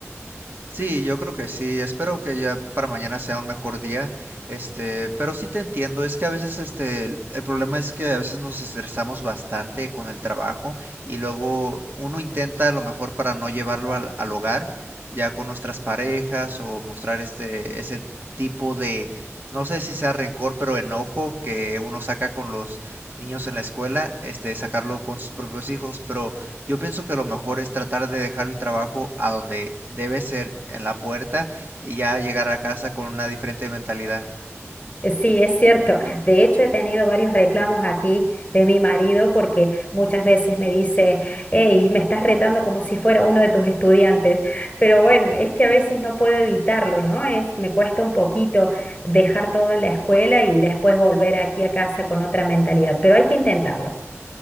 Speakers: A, on the right; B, on the left.
A: Sí, yo creo que sí. Espero que ya para mañana sea un mejor día. Este, pero sí te entiendo. Es que a veces, este, el el problema es que a veces nos estresamos bastante con el trabajo y luego uno intenta a lo mejor para no llevarlo al, al hogar, ya con nuestras parejas o mostrar este, ese tipo de, no sé si sea rencor, pero enojo que uno saca con los niños en la escuela, este, sacarlo con sus propios hijos, pero yo pienso que lo mejor es tratar de dejar el trabajo a donde debe ser, en la puerta, y ya llegar a casa con una diferente mentalidad.
B: Sí, es cierto. De hecho, he tenido varios reclamos aquí de mi marido porque muchas veces me dice, hey, me estás retando como si fuera uno de tus estudiantes. Pero bueno, es que a veces no puedo evitarlo, ¿no? Es, me cuesta un poquito dejar todo en la escuela y después volver aquí a casa con otra mentalidad, pero hay que intentarlo.